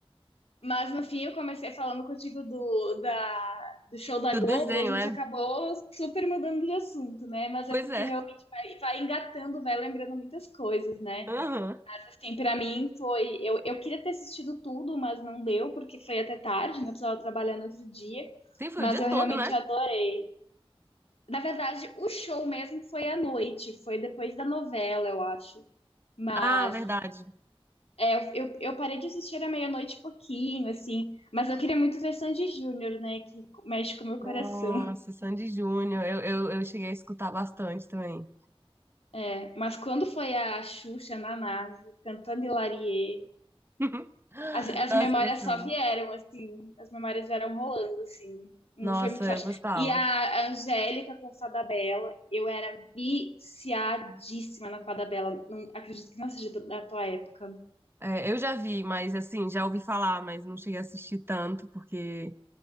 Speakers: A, on the left (about 80°); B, on the right (about 25°).
A: mas no fim eu comecei falando contigo do, da, do show da
B: Do
A: Globo
B: desenho,
A: e a gente
B: é?
A: acabou super mudando de assunto, né? Mas
B: Pois
A: é porque
B: é.
A: realmente vai, vai engatando, vai lembrando muitas coisas, né?
B: Aham.
A: Assim, pra mim foi. Eu, eu queria ter assistido tudo, mas não deu, porque foi até tarde, né? Eu precisava trabalhar no outro dia.
B: Sim, foi
A: Mas
B: o dia
A: eu
B: todo,
A: realmente
B: né?
A: adorei. Na verdade, o show mesmo foi à noite, foi depois da novela, eu acho. Mas
B: Ah, verdade.
A: é, eu, eu, eu parei de assistir à meia-noite e pouquinho, assim. Mas eu queria muito ver Sandy Júnior, né? Que mexe com o meu coração.
B: Nossa, Sandy Júnior. Eu, eu, eu cheguei a escutar bastante também.
A: É, mas quando foi a Xuxa na nave, cantando Hilarie,
B: <laughs>
A: as, as
B: Nossa,
A: memórias
B: eu gostava.
A: só vieram, assim. As memórias vieram rolando, assim. Mu-
B: Nossa,
A: Foi muito forte.
B: eu gostava.
A: E a Angélica com Fada Bela, eu era viciadíssima na Fada Bela. Não acredito que não seja da tua época.
B: É, eu já vi, mas assim, já ouvi falar, mas não cheguei a assistir tanto, porque